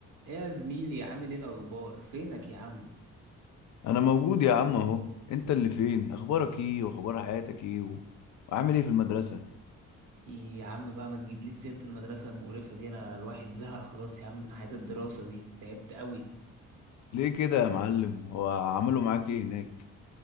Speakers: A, on the right (about 80°); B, on the left (about 70°).
A: ايه يا زميلي عامل ايه الاخبار فينك يا عم
B: انا موجود يا عم اهو انت اللي فين اخبارك ايه واخبار حياتك ايه و... وعامل ايه في المدرسة
A: إيه يا عم بقى ما تجيبليش سيرة المدرسة المقرفة دي انا الواحد زهق خلاص يا عم من حياة الدراسة دي تعبت قوي
B: ليه كده يا معلم هو عملوا معاك ايه هناك